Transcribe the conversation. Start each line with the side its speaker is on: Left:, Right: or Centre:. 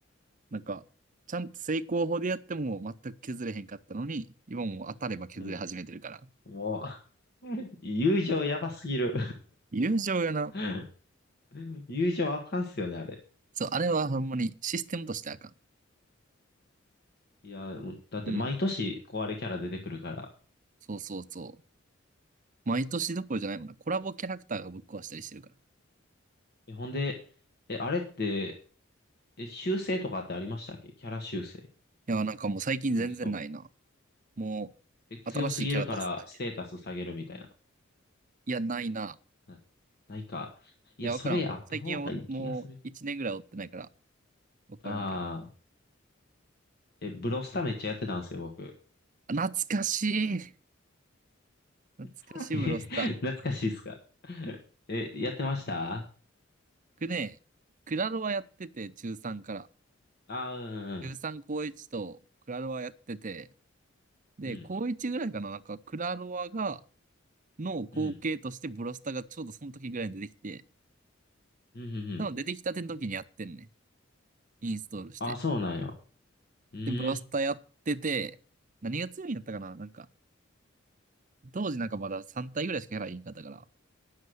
Right: なんか、ちゃんと成功法でやっても全く削れへんかったのに、今もう当たれば削れ始めてるから。
Left: うん。もう、<laughs> 友情やばすぎる。
Right: 友情やな。
Left: <laughs> 友情あかんっすよね、あれ。
Right: そう、あれはほんまにシステムとしてあかん。
Left: いや、だって毎年壊れキャラ出てくるから。
Right: うん。そうそうそう。毎年どころじゃないもんな。コラボキャラクターがぶっ壊したりしてるから。い
Left: え、ほんで、え、あれって、え、修正とかってありましたっけキャラ修正。
Right: や、なんかもう最近全然ないな。
Left: モンスト。
Right: も
Left: え、強すぎるからステータス下げるみたいな。
Right: う、新しいキャラ出すだけ。いや、ないな。
Left: な、ないか。いや、
Right: いや、
Left: それやった方がいい気がするけど。
Right: わからんわからん。最近おもう1年ぐらい追ってないから、わからんけど。
Left: ああ、え、ブロスタめっちゃやってたんですよ、僕。
Right: あ懐かしい。懐かしいブロスター。
Left: <laughs> え、懐かしいっすか。<laughs> え、やってましたあ
Right: 僕ね、クラロワやってて、中3から。
Left: あー、
Right: 中3高1とクラロワやってて、で、
Left: うん、
Right: 高1ぐらいかな、なんかクラロワが、の後継としてブロスタがちょうどその時ぐらいに出てきて、
Left: うん、うん、うん、うんうん。
Right: 多分出てきたての時にやってんね。インストールして。
Left: ああ、そうなんや。うん。
Right: で、ブロスタやってて、何が強いんやったかななんか、当時なんかまだ3体ぐらいしかキャラいんかったから、